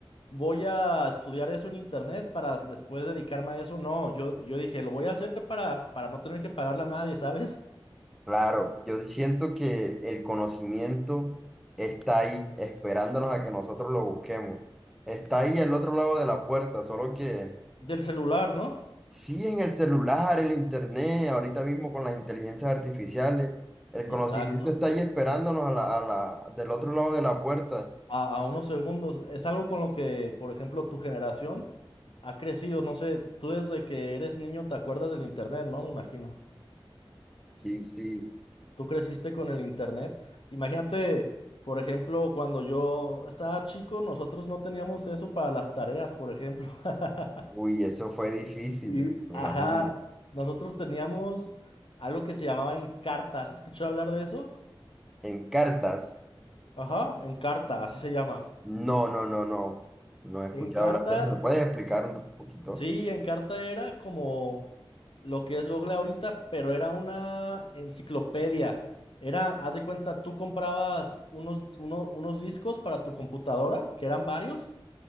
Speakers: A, on the left; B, in the centre.
A: voy a estudiar eso en internet para después dedicarme a eso. No, yo, yo dije, lo voy a hacer para, para no tener que pagarle a nadie, ¿sabes?
B: Claro, yo siento que el conocimiento está ahí, esperándonos a que nosotros lo busquemos. Está ahí al otro lado de la puerta, solo que
A: Del celular, ¿no?
B: sí en el celular, en el internet, ahorita mismo con las inteligencias artificiales, el
A: Exacto.
B: conocimiento está ahí esperándonos a la, a la, del otro lado de la puerta.
A: A, a unos segundos. Es algo con lo que, por ejemplo, tu generación ha crecido. No sé, tú desde que eres niño te acuerdas del internet, ¿no? Me imagino.
B: Sí, sí.
A: Tú creciste con el internet. Imagínate, por ejemplo, cuando yo estaba chico, nosotros no teníamos eso para las tareas, por ejemplo. <laughs>
B: Uy, eso fue difícil,
A: Y,
B: me
A: ajá,
B: imagino.
A: nosotros teníamos algo que se llamaba Encarta. ¿Has escuchado hablar de eso?
B: En cartas.
A: Ajá, Encarta, así se llama.
B: No, no, no, no. No he escuchado
A: Encarta
B: hablar de eso. ¿Me puedes explicar un poquito?
A: Sí, Encarta era como lo que es Google ahorita, pero era una enciclopedia. Era, haz de cuenta, tú comprabas unos, uno- unos discos para tu computadora, que eran varios,